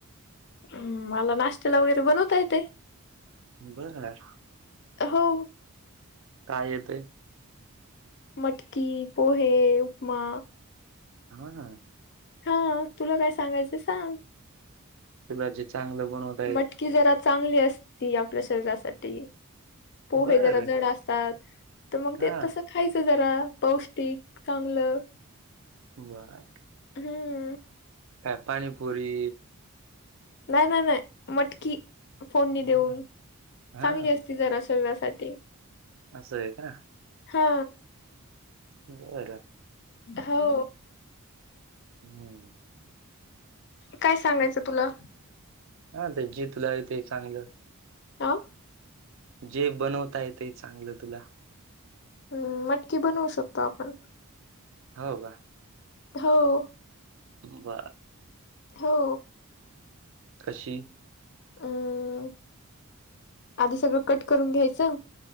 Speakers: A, on the left (about 50°); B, on the right (about 60°).
A: अं मला नाश्त्याला वगैरे बनवता येतंय.
B: बर.
A: हो.
B: काय येतंय?
A: मटकी, पोहे, उपमा.
B: हा.
A: हा. तुला काय सांगायचं सांग.
B: तुला जे चांगलं बनवत
A: मटकी जरा चांगली असती आपल्या शरीरासाठी. पोहे
B: बर
A: जरा जड असतात, तर मग
B: हा
A: ते तसं खायचं जरा. पौ ष्टिक, चांगलं.
B: बर.
A: हम्म.
B: काय पाणीपुरी
A: नाय, नाय, ‌नाय. मटकी फोडणी
B: हं,
A: देऊन
B: हा
A: चांगली असती जरा शरीरासाठी.
B: असं आहे का?
A: हा.
B: बरं.
A: हो.
B: हम्म.
A: काय सांगायचं तुला?
B: <unintelligible> जे तुला येतय चांगलं.
A: अ
B: जे बनवता येतंय चांगलं तुला.
A: हम्म, मटकी बनवू शकतो आपण.
B: हो का?
A: हो.
B: बर.
A: हो.
B: कशी?
A: अम आधी सगळं कट करून घ्यायचं.